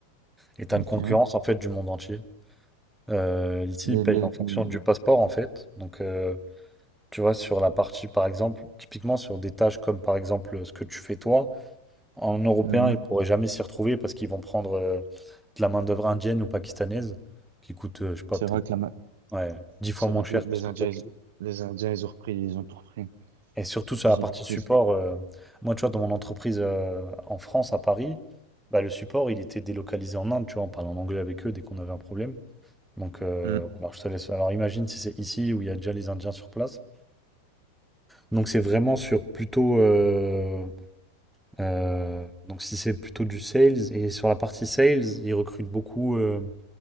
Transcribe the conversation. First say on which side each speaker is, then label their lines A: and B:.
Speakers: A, in the centre; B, on the right.
A: Et t'as
B: Ok.
A: une concurrence, en fait, du monde entier. Euh, ici,
B: Les,
A: ils payent
B: les,
A: en fonction
B: les-
A: du passeport, en fait. Donc, euh, tu vois, sur la partie, par exemple, typiquement sur des tâches comme, par exemple, ce que tu fais toi. En européen,
B: mhm.
A: ils ne pourraient jamais s'y retrouver parce qu'ils vont prendre euh, de la main-d'œuvre indienne ou pakistanaise qui coûte, euh, je sais pas,
B: C'est
A: peut-être
B: vrai que la, ma-
A: ouais, 10 fois
B: c'est
A: moins
B: vrai
A: cher
B: que les, les
A: que ce que
B: Indiens,
A: toi.
B: ils-
A: tu sais.
B: les Indiens, ils ont repris, ils ont tout repris.
A: Et surtout sur
B: Ils
A: la partie
B: ont repris.
A: support, euh, moi, tu vois, dans mon entreprise euh, en France, à Paris, bah, le support, il était délocalisé en Inde, tu vois, on parlait en anglais avec eux dès qu'on avait un problème. Donc, euh,
B: Mhm.
A: alors, je te laisse. Alors, imagine si c'est ici où il y a déjà les Indiens sur place. Donc, c'est vraiment sur plutôt. euh, Euh, donc si c'est plutôt du sales, et sur la partie sales, ils recrutent beaucoup, euh,